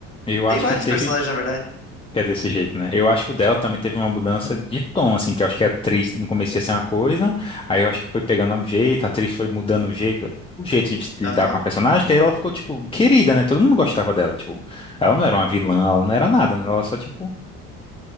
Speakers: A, on the left (about 15°); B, on the left (about 35°).
A: eu
B: Tem
A: acho
B: vários
A: que teve.
B: personagens, na verdade.
A: que é desse jeito, né? Eu acho que o dela também teve uma mudança de tom, assim, que eu acho que a atriz no começo ia ser uma coisa, aí eu acho que foi pegando um jeito, a atriz foi mudando o jeito, o jeito de lidar
B: Aham.
A: com a personagem, que aí ela ficou, tipo, querida, né? Todo mundo gostava dela, tipo, ela não era uma vilã, ela não era nada, né? ela só, tipo,